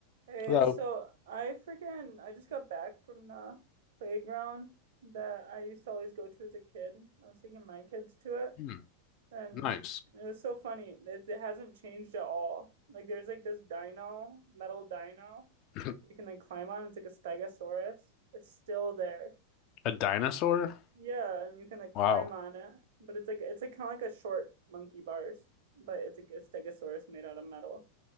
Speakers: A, on the right (about 55°); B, on the left (about 40°).
A: Hey,
B: Hello.
A: so I freaking I just got back from the playground that I used to always go to as a kid. I was taking my kids to it,
B: Hmm,
A: and
B: nice.
A: it was so funny. It, it hasn't changed at all. Like there's like this dino, metal dino
B: <laughs>
A: you can like climb on. It's like a stegosaurus. It's still there.
B: A dinosaur?
A: Yeah, and you can like climb
B: Wow.
A: on it, but it's like it's like kind of like a short monkey bars, but it's like a stegosaurus made out of metal